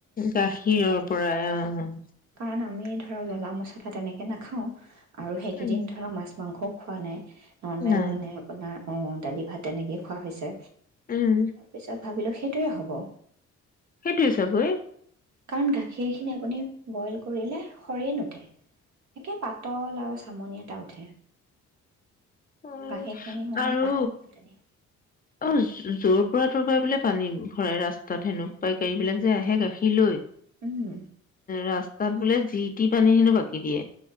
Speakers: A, on the left; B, on the right.
A: গাখীৰৰ পৰাই অ'।
B: কাৰণ আমি ধৰক জ্বলা মছলা তেনেকে নাখাওঁ আৰু সেইকেইদিন
A: উম
B: ধৰক মাছ মাংস খুৱাই নৰ্মেল
A: নাই
B: মানে আপোনাৰ অঁ দালি ভাত তেনেকেই খোৱা হৈছে
A: উম
B: তাৰ পিছত ভাবিলোঁ সেইটোৱে হ'ব
A: সেইটোৱ চাগৈয়
B: কাৰণ গাখীৰ খিনি আপুনি বইল কৰিলে সেয়ে নুঠে। একে পাতল আৰু চামনি এটা উঠে।
A: অ',
B: গাখীৰখিনি মানে
A: আৰু
B: পাতল তেনে
A: অ', য'ৰ পৰা ত'ৰ পৰা বোলে পানী ভৰাই ৰাস্তাত হেনো, পাইকাৰী বিলাক যে আহে গাখীৰ লৈ
B: উম,
A: ৰাচ তাত বোলে যি- টি পানী হেনো বাকী দিয়ে।